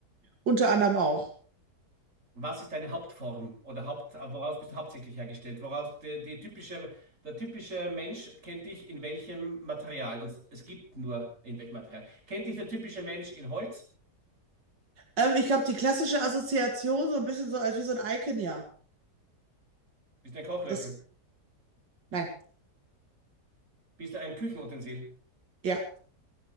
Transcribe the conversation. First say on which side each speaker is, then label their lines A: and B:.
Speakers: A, on the right; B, on the right.
A: Unter anderem auch.
B: Was ist deine Hauptform oder Haupt, äh, woraus bist du hauptsächlich hergestellt? Woraus die, die typische, der typische Mensch kennt dich in welchem Material? Und es gibt nur in welchem Material. Kennt dich der typische Mensch in Holz?
A: Ähm, ich glaube, die klassische Assoziation, so ein bisschen so als wie so ein Icon, ja.
B: Bist du ein Kochlöffel?
A: Es, nein,
B: Bist du ein Küchenutensil?
A: ja.